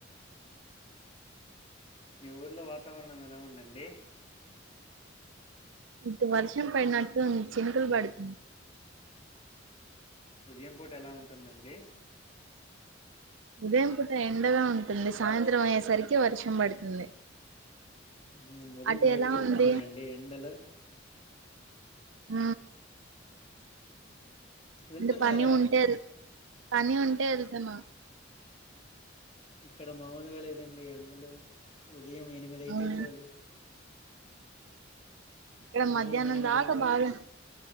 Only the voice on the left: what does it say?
మీ ఊరిలో వాతావరణం ఎలా ఉందండి
ఉదయం పూట ఎలా ఉంటుందండి
హ్మ్. ఉదయం
బయటికి
వెళ్తున్నారా
అండి ఎండలు
వెళ్తున్నారా?
ఇక్కడ మాములుగా లేదండి ఎండలు ఉదయం ఎనిమిది అయితే
చాలు
ఉదయం
నుంచి